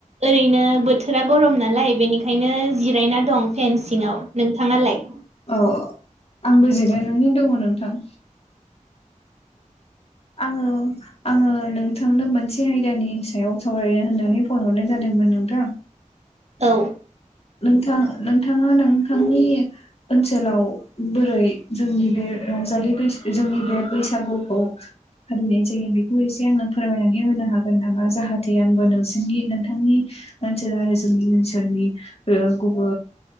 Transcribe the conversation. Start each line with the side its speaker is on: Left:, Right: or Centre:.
Right: ओरैनो बोथोरा गरम नालाय बेनिखायनो जिरायना दं। फेनसिंआव नोंथाङालाय?
Left: औ आंबो जिरायनानै दङ नोंथां। आङो आङो नोंथांनो मोनसे आयदानि सायाव सावरायनो होननानै फन हरनाय जादों मोन नोंथां
Right: औ
Left: नोंथां नोंथाङा नोंथांनि ओनसोलाव बोरै जोंनि बे रंजालि बैस जोंनि बे बैसागुखौ फालिनाय जायो बेखौ एसे आंनो फोरमायनानै होनो हागोन नामा जाहाथे आंबो नोंसोरनि नोंथांनि। मोनसे रायजननि मोनसोरनि ओ गुबु